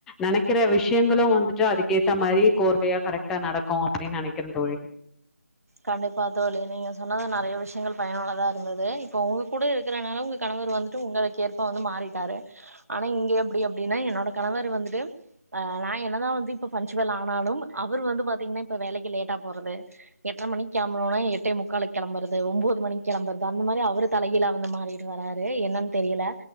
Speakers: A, in the centre; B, on the right.
A: நினைக்கிற விஷயங்களும் வந்துட்டு அதுக்கேத்த மாதிரி கோர்வையா கரெக்டா நடக்கும் அப்படின்னு நினைக்கிறேன் தோழி
B: கண்டிப்பா தோழி நீங்க சொன்னது நிறைய விஷயம் பயனுள்ளதா இருந்தது இப்ப உங்க கூட இருக்கிறனால உங்க கணவர் வந்து உங்களுக்கு ஏற்ப வந்து மாறிட்டாரு ஆனா இங்க எப்படி அப்படின்னா என்னோட கணவர் வந்து நான் என்னதான் வந்து பன்சுவல் ஆனாலும் அவர் வந்து பார்த் பாத்திங்னா இப்ப வேலைக்கு லேட்டா போறது எட்டரை மணிக்கு கெளம்பனும்னா எட்டே முக்காலுக்கு கிளம்புறது ஒன்பது மணிக்கு கிளம்பறது அந்த மாதிரி அவரு தலையில வந்து மாறிட்டு வராரு என்னன்னு தெரியல